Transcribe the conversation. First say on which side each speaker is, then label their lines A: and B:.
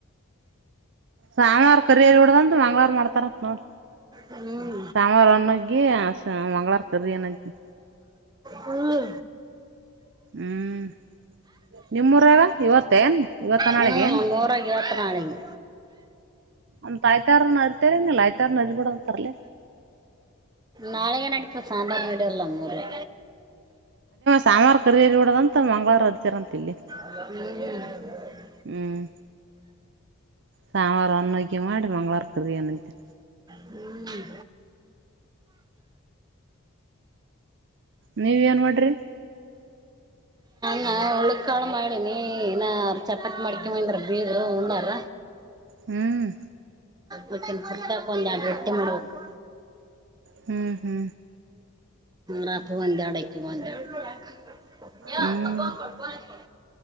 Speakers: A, on the right; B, on the right.
A: ಸಾಂಗ್ಾರ ಕರಿಯರಿಡ್ದಂತ ಮಂಗ್ಳವಾರ ಮಾಡ್ತಾರತ್ ನೋಡ
B: ಹ್ಮ್
A: ಸಾಮವಾರ ಒನ್ನಗಿ ಮಂಗಳವಾರ ಕರ ಅನಗ್ಗಿ
B: ಹೌದು
A: ಹ್ಮ್ ನಿಮ್ಮೂರಾಗ ಇವತ್ತೇನ್ ಇವತ್ತ ನಾಳೆಗೇನ್
B: ಹ್ಮ ನಮ್ಮೂರಗೆ ಇವತ್ತ ನಳಗೆ
A: ಅ ತ ಆಾಯ್ತಾರ್ನ ಅರಿತಾರನಿಲ್ಲ ಆಯ್ತಾರ್ನ ಅರಿಬಿಡಂತರ್ಲ
B: ನಾಳೆಗ ನಡತ ಸಾಂದ್ರ ನಡಲ್ಲ ನಮ್ಮೊರ್ಗೆ
A: ಸಾಮಾರು ಕರಿರಿ ಬಿಡೋದಂತ ಮಂಗಳವಾರ ಹರಿತಾರ ಅಂತ ಇಲ್ಲಿ
B: ಹ್ಮ್
A: ಹ್ಮ್ ಸೋಮವಾರ ಒಂದು ಉಗ್ಗಿ ಮಾಡಿ ಮಂಗ್ಳವಾರ ಕರಿಯಣ್ಣತೆ
B: ಹ್ಮ್
A: ನೀವ ಏನ್ ಮಾಡ್ರಿ
B: ನ ಉಳ್ಳಿಕಾಳ ಮಾಡಿನಿ ಇನ್ನ ಚಪಾತಿ ಮಾಡ್ಕ ಮುಂದ್ರ ಬೀಗರು ಉಂಡರ
A: ಹ್ಮ್
B: ಮತ್ತೆ ಹೊರ್ತಕ ಒಂದ ಯಡ್ ರೊಟ್ಟಿ ಮಾಡ್ಬೇಕು
A: ಹು ಹು
B: ನಪ್ಪಗೊಂದ್ಯಾಡು ಅಕಿಗೊಂದ್ಯಾಡು ಒಂದು ಇದರ್ವಾಳಗ ಹಾಕಿ ಮುಚ್ಚ ಟಕ್ ಯ್ಯಾ
A: ಹ್ಮ್
B: ಹಬ್ಬಾ ಪಡಕೋ ಇಡಕೋ